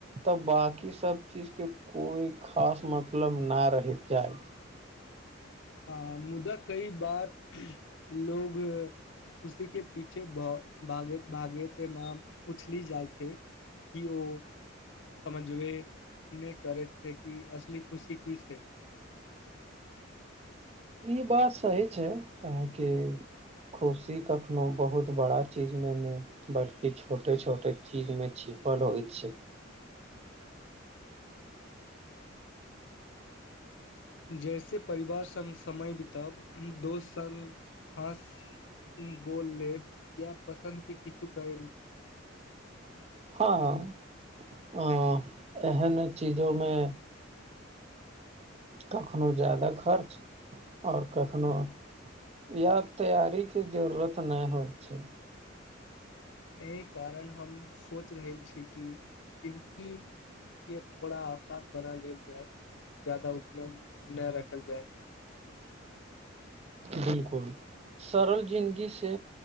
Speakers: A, on the right; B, on the left.
A: तऽ बाकी सब चीज के कोइ खास मतलब ना रहि जायत
B: हँ मुदा कई बार लोग खुशी के पीछे भ भागैत भागैत तेना उछली जाइ छै कि ओ समझबे नहि करे छै कि असली खुशी की छै
A: ई बात सही छै अहाँके खुशी कखनो बहुत बड़ा चीजमे नै बल्कि छोटे छोटे चीज में छिपल रहय छै
B: जैसे परिवार सङ्ग समय बिताउ दोस्त सङ्ग हँस बोल लेब या पसन्द के किछु कैल
A: हँ हँ एहनो चीजोमे कखनहु ज्यादा खर्च आओर कखनहु या तैयारी के जरूरत नहि होय छै
B: एहि कारण हम सोचि रहल छी कि <unintelligible> के थोड़ा आसान बना लेल जाय ज्यादा उछलन नहि रखल जाय
A: बिल्कुल सरल जिन्दगी से